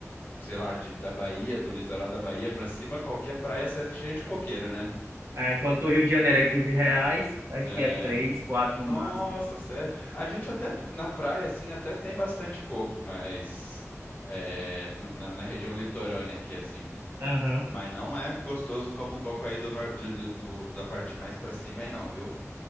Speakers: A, on the left (about 35°); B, on the right (about 55°).
A: sei lá, de, da Bahia, do litoral da Bahia pra cima, qualquer praia cê é cheia de coqueiro, né?
B: Ah, Enquanto o Rio de Janeiro é 15 reais, aqui
A: É,
B: é 3 4
A: nossa,
B: no máximo.
A: sério. A gente até p- na praia assim até tem bastante coco, mas é, no- na, na região litorânea aqui assim,
B: Aham.
A: mas não é gostoso como o coco aí do, nor- do, do- do- da parte mais pra cima aí não, viu?